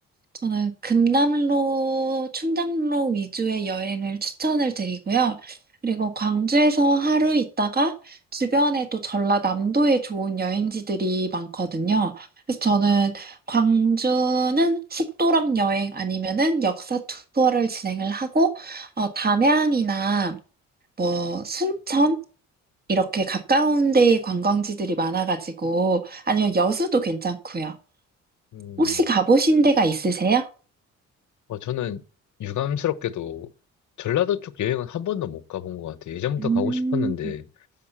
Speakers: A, on the right; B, on the left.
A: 저는 금남로, 충장로 위주의 여행을 추천을 드리고요. 그리고 광주에서 하루 있다가 주변에 또 전라남도에 좋은 여행지들이 많거든요. 그래서 저는 광주는 식도락 여행 아니면은 역사 투어를 진행을 하고, 어, 담양이나 뭐 순천 이렇게 가까운 데에 관광지들이 많아가지고, 아니면 여수도 괜찮고요.
B: 음.
A: 혹시 가보신 데가 있으세요?
B: 어, 저는 유감스럽게도 전라도 쪽 여행은 한 번도 못 가본 것 같아요. 예전부터
A: 음.
B: 가고 싶었는데